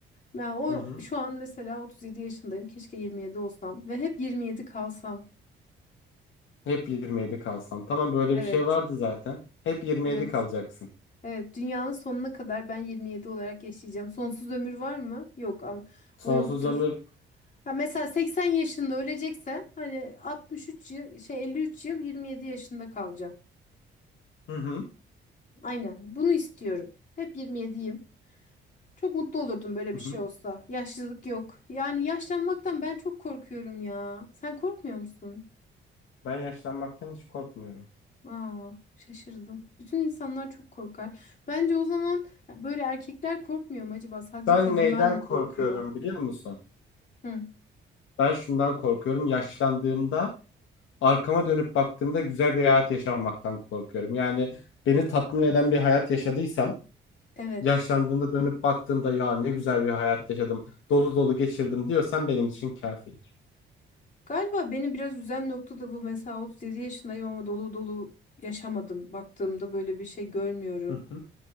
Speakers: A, on the left; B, on the left.
A: Ya o
B: Hı hı.
A: şu an mesela 37 yaşındayım. Keşke 27 olsam ve hep 27 kalsam.
B: Hep 27 kalsan. Tamam böyle
A: Evet.
B: bir şey vardı zaten. Hep 27
A: Evet.
B: kalacaksın.
A: Evet, dünyanın sonuna kadar ben 27 olarak yaşayacağım. Sonsuz ömür var mı? Yok ama
B: Sonsuz
A: o yoktur.
B: ömür.
A: Ha mesela 80 yaşında öleceksem hani 63 yıl şey 53 yıl 27 yaşında kalacağım.
B: Hı hı.
A: Aynen. Bunu istiyorum. Hep 27'yim. Çok mutlu olurdum böyle
B: Hı
A: bir
B: hı.
A: şey olsa. Yaşlılık yok. Yani yaşlanmaktan ben çok korkuyorum ya. Sen korkmuyor musun?
B: Ben yaşlanmaktan hiç korkmuyorum.
A: Aa, şaşırdım. Bütün insanlar çok korkar. Bence o zaman böyle erkekler korkmuyor mu acaba? Sadece
B: Ben
A: kadınlar
B: neyden
A: mı
B: korkuyorum
A: korkuyor?
B: biliyor musun?
A: Hı,
B: Ben şundan korkuyorum. Yaşlandığımda arkama dönüp baktığımda güzel bir hayat yaşamamaktan korkuyorum. Yani beni tatmin eden bir hayat yaşadıysam,
A: evet.
B: yaşlandığımda dönüp baktığımda ya ne güzel bir hayat yaşadım, dolu dolu geçirdim diyorsan benim için kafidir.
A: Galiba beni biraz üzen nokta da bu. Mesela 37 yaşındayım ama dolu dolu yaşamadım. Baktığımda böyle bir şey görmüyorum.
B: Hı hı.